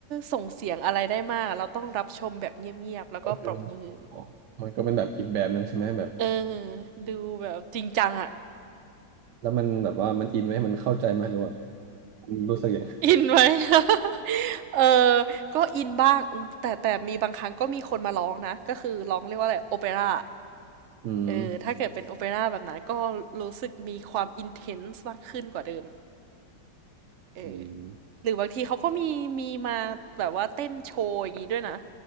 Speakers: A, on the right; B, on the right.
A: ส่งเสียงอะไรได้มากเราต้องรับชมแบบเงียบๆแล้วก็ปรบมือ
B: ก็คืออ๋อมันก็เป็นแบบอีกแบบหนึ่งใช่ไหมแบบ
A: เออดูแบบจริงจังอ่ะ
B: แล้วมันแบบว่ามันอินไหมมันเข้าใจไหมหรือว่ามันรู้สึกยังไง
A: อินไหม <laughs> เออก็อินบ้างแต่แต่มีบางครั้งก็มีคนมาร้องนะก็คือร้องเรียกว่าอะไรโอเปร่า
B: อืม
A: เออถ้าเกิดเป็นโอเปร่าแบบนั้นก็รู้สึกมีความอินเทนส์มากขึ้นกว่าเดิมเออ
B: อืม
A: หรือบางทีเขาก็มีมีมาแบบว่าเต้นโชว์อย่างนี้ด้วยนะ